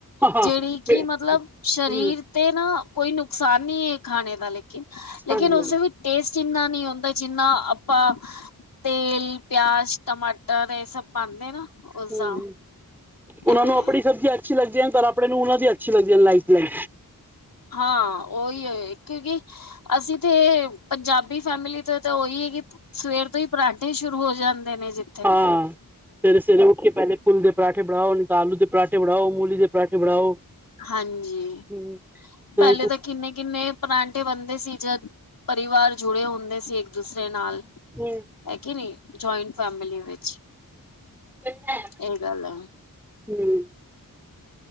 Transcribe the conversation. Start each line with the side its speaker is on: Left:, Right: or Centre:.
Centre: ਹਾਂ
Left: ਜਿਹੜੀ
Centre: ਹੂੰ
Left: ਕਿ ਮਤਲਬ ਸ਼ਰੀਰ
Centre: ਹੂੰ
Left: ਤੇ ਨਾ ਕੋਈ ਨੁਕਸਾਨ ਨੀ ਏ ਖਾਣੇ ਦਾ ਲੇਕਿਨ। ਲੇਕਿਨ
Centre: ਹਾਂਜੀ
Left: ਉਸਦੇ
Centre: ਹਾਂਜੀ
Left: ਵੀ ਟੇਸਟ ਇੰਨਾ ਨੀ ਹੁੰਦਾ ਜਿੰਨਾ ਆਪਾਂ ਤੇਲ ਪਿਆਜ ਟਮਾਟਰ ਏ ਸਭ ਪਾਂਦੇ ਨਾ ਉਸਦਾ
Centre: ਹੂੰ ਹੂੰ ਉਹਨਾਂ
Left: ਐਵੇਂ
Centre: ਨੂੰ
Left: ਏ।
Centre: ਆਪਣੀ ਸਬਜ਼ੀਆਂ ਅੱਛੀ ਲੱਗਦੀ ਹੈ ਪਰ ਆਪਣੇ ਨੂੰ ਉਹਨਾਂ ਦੀ ਅੱਛੀ ਲੱਗਦੀ ਏ ਲਾਈਫ ਲਾਈ।
Left: ਹਾਂ ਉਹੀ ਹੇ ਕਿਉਂਕਿ ਅਸੀਂ ਤੇ ਪੰਜਾਬੀ ਫੈਮਿਲੀ ਤੇ ਤਾਂ ਉਹੀ ਸਵੇਰ ਤੋਂ ਈ ਪਰਾਂਠੇ ਸ਼ੁਰੂ ਹੋ ਜਾਂਦੇ ਨੇ ਜੀ।
Centre: ਹਾਂ, ਸਵੇਰੇ-ਸਵੇਰੇ ਉੱਠ ਕੇ ਪਹਿਲੇ ਫੁੱਲਦੇ ਪਰਾਂਠੇ ਬਣਾਓ, ਨੀ ਤਾਂ ਆਲੂ ਦੇ ਪਰਾਂਠੇ ਬਣਾਓ, ਮੂਲੀ ਦੇ ਪਰਾਂਠੇ ਬਣਾਓ
Left: ਹਾਂਜੀ,
Centre: ਹੂੰ ਸਹੀ
Left: ਪਹਿਲੇ
Centre: ਕੁਛ
Left: ਤੇ ਕਿੰਨੇ-ਕਿੰਨੇ ਪਰਾਂਠੇ ਬਣਦੇ ਸੀ ਜਦ ਪਰਿਵਾਰ ਜੁੜੇ ਹੁੰਦੇ ਸੀ ਇੱਕ-ਦੂਸਰੇ ਨਾਲ।
Centre: ਹੂੰ
Left: ਐ ਕੇ ਨਈ, ਜੁਆਇੰਟ ਫੈਮਲੀ ਵਿੱਚ।
Centre: <inaudible>
Left: ਇਹ ਗੱਲ ਹੈ।